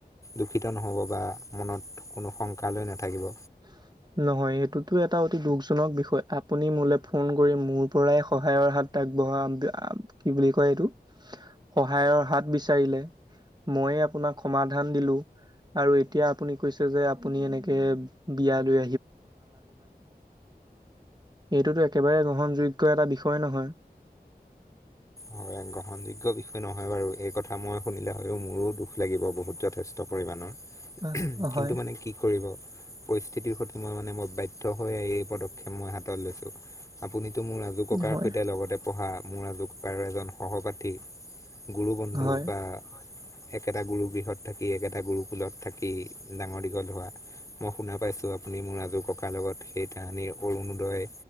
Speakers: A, on the left; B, on the right.
A: দুখিত নহ'ব বা মনত কোনো শংকা লৈ নাথাকিব।
B: <inaudible> নহয়, এইটোতো এটা অতি দুখজনক বিষয় আপুনি মোলে ফোন কৰি মোৰ পৰাই সহায়ৰ হাতখ আগবঢ়াম কি বুলি কয় এইটো সহায়ৰ হাত বিচাৰিলে। ময়ে আপোনাক সমাধান দিলো আৰু এতিয়া আপুনি কৈছে যে আপুনি এনেকে বিয়া লৈ এইটোতো একেবাৰে গ্ৰহণযোগ্য এটা বিষয় নহয়।
A: হয়, এক গ্ৰহণযোগ্য বিষয় নহয় বাৰু এই কথা মই শুনিলে হয়লেও মোৰো দুখ লাগিব বহুত যথেষ্ট পৰিমাণৰ।
B: আহ, হয়,
A: কিন্তু মানে কি কৰিব পৰিস্থিতিৰ সৈতে মই মানে মই বাধ্য হৈ আহি এই পদক্ষেপ মই হাতত লৈছো। আপুনিতো মোৰ আজু ককাৰ
B: হয়,
A: সৈতে লগতে পঢ়া, মোৰ আজু ককাৰ এজন সহপাঠী। গুৰু বন্ধু
B: হয়,
A: বা একেটা গুৰু গৃহত থাকি একেটা গুৰুকুলত থাকি ডাঙৰ দীঘল হোৱা। মই শুনা পাইছো, আপুনি মোৰ আজুককাৰ লগত সেইতাহানিৰ অৰুণোদয়